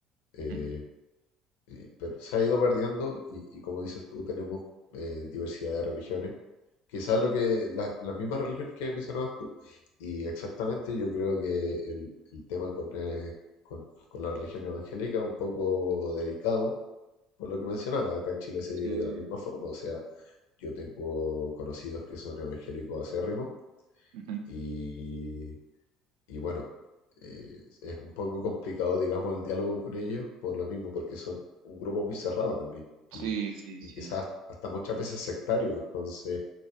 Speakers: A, on the left (about 75°); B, on the right (about 70°).
A: Eh,
B: Ujú.
A: Sí, pero se ha ido perdiendo y, y como dices tú, tenemos eh, diversidad de religiones. Quizás lo que la- las mismas religiones que mencionabas tú. Y exactamente yo creo que el, el tema con, eh, con, con la religión evangélica es un poco delicado, por lo que mencionaba. Acá en Chile se vive
B: Sí,
A: de la misma forma. O sea, yo tengo conocidos que son evangélicos acérrimos
B: ujú.
A: y, y bueno, eh, es un poco complicado, digamos, el diálogo con ellos por lo mismo, porque son un grupo muy cerrado también y,
B: Sí, sí,
A: y
B: sí,
A: quizás hasta muchas veces sectario. Entonces,